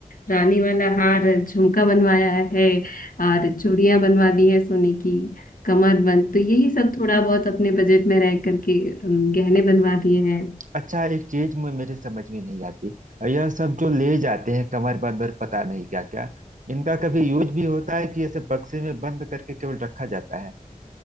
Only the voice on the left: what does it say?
रानी वाला हार झुमका बनवाया है और चूड़ियां बनवा दी है सोने की कमर बंद तो यही सब थोड़ा बहुत अपने बजट में रह करके अम, गहने बनवा दिए हैं